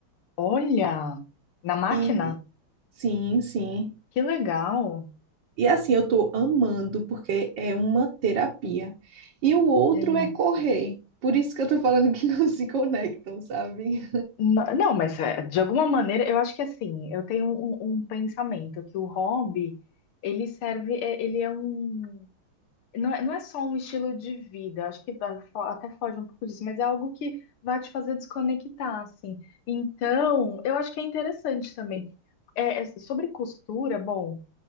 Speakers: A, on the left; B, on the right.
A: Olha, na máquina?
B: E sim, sim.
A: Que legal,
B: E assim, eu tô amando, porque é uma terapia. E o outro
A: gente.
B: é correr. Por isso que eu tô falando que <laughs> não se conectam, sabe?
A: Na- Não, mas é, de alguma maneira, eu acho que assim, eu tenho um, um pensamento que o hobby, ele serve, é- ele é um, não é, não é só um estilo de vida, acho que vai fo- até foge um pouco disso, mas é algo que vai te fazer desconectar, assim. Então, eu acho que é interessante também. É, é, sobre costura, bom.